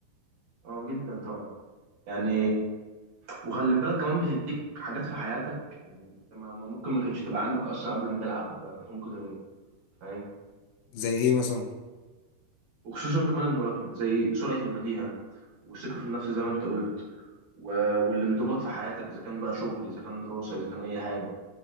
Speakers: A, on the right; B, on the left.
A: اه جدا طبعا يعني وخلي بالك كمان بتديك حاجات في حياتك يعني انت ما ما- ممكن ما كانتش تبقى عندك اصلا قبل ما تلعب فنون قتالية فاهم
B: زي إيه مثلا؟
A: وخصوصا كمان الملاكمة زي سرعة البديهة والثقة في النفس زي ما انت قلت و- والانضباط في حياتك اذا كان بقى شغل اذا كان دراسه اذا كان اي حاجه